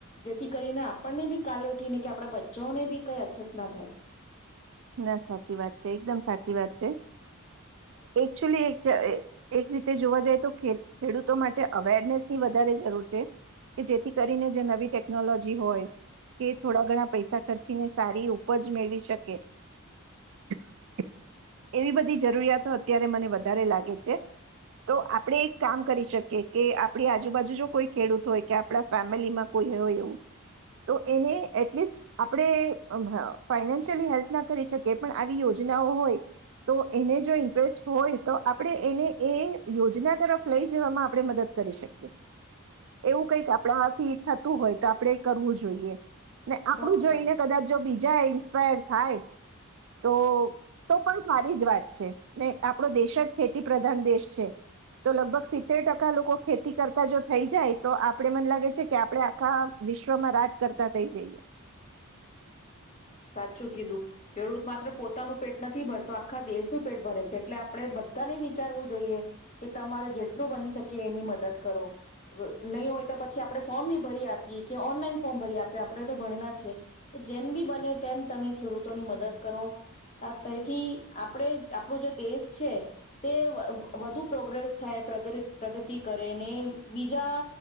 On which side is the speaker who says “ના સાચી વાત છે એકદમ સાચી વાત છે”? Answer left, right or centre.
Right